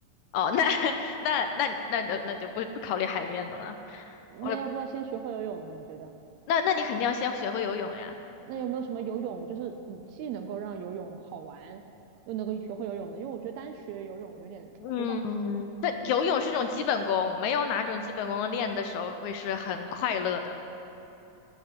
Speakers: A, on the left; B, on the right.
A: 哦，那 <laughs> 那那那那那就不不考虑海边的了。我
B: 那要不要先学会游泳呢？你觉得？
A: 那那你肯定要先学会游泳呀。
B: 那有没有什么游泳，就是嗯既能够让游泳好玩，又能够学会游泳呢？因为我觉得单学游泳有点枯燥。
A: 嗯，那游泳是一种基本功，没有哪种基本功练的时候会是很快乐的。